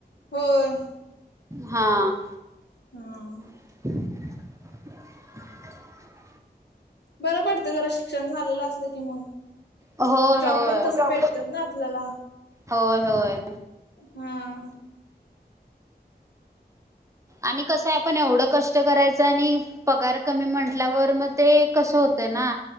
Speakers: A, on the left; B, on the right.
A: होय,
B: हां,
A: हो.
B: ह <inaudible>
A: बरं पडतं जरा शिक्षण झालेलं असलं की मग.
B: होय होय
A: जॉब पण तस भेटतात ना आपल्याला.
B: होय होय
A: हां.
B: आणि कसंय आपण एवढं कष्ट करायचं आणि पगार कमी म्हटल्यावर मग ते कस होतय ना,,